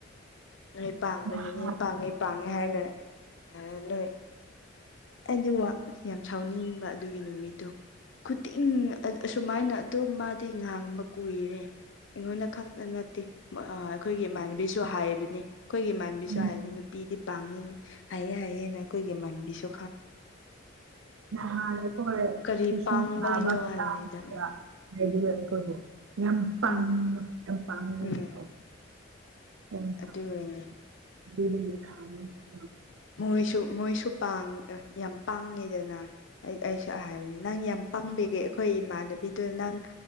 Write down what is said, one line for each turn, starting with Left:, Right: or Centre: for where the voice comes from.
Left: ꯅꯣꯏ ꯄꯥꯡꯕꯒꯤꯅꯤ
Right: ꯅꯍꯥꯟ
Left: ꯄꯥꯡꯉꯦ ꯄꯥꯡꯉꯦ ꯍꯥꯏꯔꯒ ꯅꯣꯏ ꯑꯩꯗꯤ ꯋꯥ ꯌꯥꯝ ꯁꯥꯎꯅꯤꯡꯕ ꯑꯗꯨꯒꯤ ꯅꯨꯃꯤꯠꯇꯣ ꯈꯨꯗꯤꯡ ꯑꯁꯨꯃꯥꯏꯅ ꯑꯗꯨꯝ ꯃꯥꯗꯤ ꯉꯥꯡꯕ ꯀꯨꯏꯔꯦ ꯑꯩꯉꯣꯟꯗ ꯈꯛꯇ ꯅꯠꯇꯦ ꯑꯩꯈꯣꯏꯒꯤ ꯏꯃꯥꯟꯅꯕꯤꯁꯨ ꯍꯥꯏꯕꯅꯤ ꯑꯩꯈꯣꯏꯒꯤ ꯢꯃꯥꯟꯅꯕꯤꯁꯨ
Right: ꯎꯝ
Left: ꯍꯥꯏꯕꯅꯤ ꯅꯨꯄꯤꯗꯤ ꯐꯩꯌꯦ ꯍꯥꯏꯌꯦꯍꯥꯏꯌꯦꯅ ꯑꯩꯈꯣꯏꯒꯤ ꯢꯃꯥꯟꯕꯤꯁꯨ
Right: ꯅꯍꯥꯟ ꯑꯩꯈꯣꯢ
Left: ꯀꯔꯤ
Right: ꯏꯁꯤꯡ
Left: ꯄꯥꯡꯕꯒꯤꯅꯣ
Right: ꯇꯥꯕ ꯃꯇꯥꯝꯗ
Left: ꯍꯥꯏꯕꯅꯤꯗ ꯎꯝ
Right: ꯍꯥꯏꯗꯤ ꯑꯩꯈꯣꯏꯕꯨ ꯌꯥꯝ ꯄꯥꯝꯃꯦ
Left: ꯎꯝ
Right: ꯌꯥꯝ ꯄꯥꯝꯃꯦ ꯍꯥꯏꯕꯗꯣ
Left: ꯎꯝ
Right: ꯌꯥꯝ ꯊ
Left: ꯑꯗꯨꯒꯤꯅꯤ
Right: ꯊ <unintelligible> <inaudible>
Left: ꯃꯣꯏꯁꯨ ꯃꯣꯏꯁꯨ ꯄꯥꯡ ꯌꯥꯝ ꯄꯥꯡꯉꯤꯗꯅ ꯑꯩ ꯑꯩꯁꯨ ꯍꯥꯢꯕꯅꯤ ꯅꯪ ꯌꯥꯝ ꯄꯥꯡꯕꯒꯦ ꯑꯩꯈꯣꯏ ꯏꯃꯥꯟꯅꯕꯤꯗꯨ ꯅꯪ